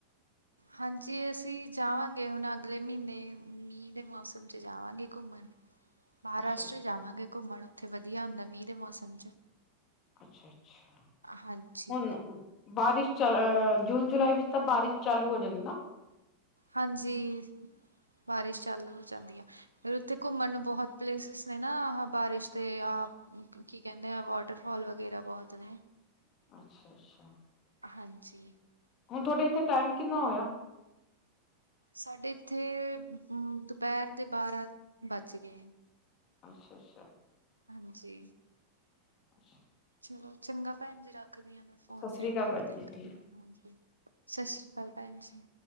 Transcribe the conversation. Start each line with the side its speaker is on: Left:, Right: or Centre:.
Right: ਹਾਂਜੀ ਅਸੀਂ ਜਾਵਾਂਗੇ, ਹੁਣ ਅਗਲੇ ਮਹੀਨੇ ਮੀਂਹ ਦੇ ਮੌਸਮ 'ਚ ਜਾਵਾਂਗੇ ਘੁੰਮਣ। ਮਹਾਰਾਸ਼ਟਰ
Left: ਅੱਛਾ ਅੱਛਾ
Right: ਜਾਵਾਂਗੇ ਘੁੰਮਣ ਉੱਥੇ ਵਧੀਆ ਹੁੰਦਾ ਮੀਂਹ ਦੇ ਮੌਸਮ।
Left: ਅੱਛਾ ਅੱਛਾ
Right: ਹਾਂਜੀ
Left: ਹੁਣ। ਬਾਰਿਸ਼ ਚ ਅਹ ਜੂਨ ਜੁਲਾਈ ਵਿੱਚ ਤਾਂ ਬਾਰਿਸ਼ ਚਾਲੂ ਹੋ ਜਾਂਦੀ ਨਾ।
Right: ਹਾਂਜੀ ਬਾਰਿਸ਼ ਚਾਲ ਹੋ ਜਾਂਦੀ ਆ। ਫ ਉੱਥੇ ਘੁੰਮਣ ਨੂੰ ਬਹੁਤ ਪਲੇਸਿਸ ਨੇ ਨਾ ਆ ਬਾਰਿਸ਼ ਦੇ ਆ ਕੀ ਕਹਿੰਦੇ ਆ ਵਾਟਰਫੋਾਲ, ਵਗੈਰਾ ਬਹੁਤ ਨੇ।
Left: ਅੱਛਾ, ਅੱਛਾ।
Right: ਹਾਂਜੀ।
Left: ਹੁਣ ਤੁਹਾਡੇ ਇੱਥੇ ਟਾਈਮ ਕਿੰਨਾ ਹੋਇਆ।
Right: ਸਾਡੇ ਇੱਥੇ ਦੁਪਹਿਰ ਦੇ ਬਾਰਾਂ ਵਜ ਗਏ।
Left: ਅੱਛਾ ਅੱਛਾ।
Right: ਹਾਂਜੀ।
Left: ਅੱਛਾ।
Right: ਚਲੋ ਚੰਗਾ ਭੈਣ ਜੀ ਰੱਖਦੀ ਹਾਂ, ਮੈਂ ਫੋਨ
Left: ਸਤਿ ਸ੍ਰੀ
Right: ਫੇਿਰ
Left: ਅਕਾਲ
Right: ਕਰ
Left: ਭੈਣ
Right: ਦੇ
Left: ਜੀ
Right: ਕਰ
Left: ਠੀਕ
Right: ਹਾਂਜੀ ਸਤਿ ਸ੍ਰੀ ਅਕਾਲ ਸਤਿ ਸ੍ਰੀ ਅਕਾਲ ਭੈਣ ਜੀ